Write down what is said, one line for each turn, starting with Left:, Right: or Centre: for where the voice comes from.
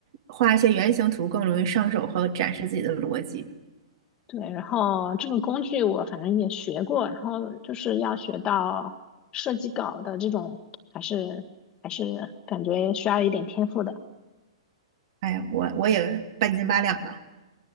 Right: 画一些原型图更容易上手和展示自己的逻辑。
Left: 对，然后这个工具我反正也学过，然后就是要学到设计稿的这种，还是还是感觉需要一点天赋的。
Right: 哎呀我我也半斤八两吧。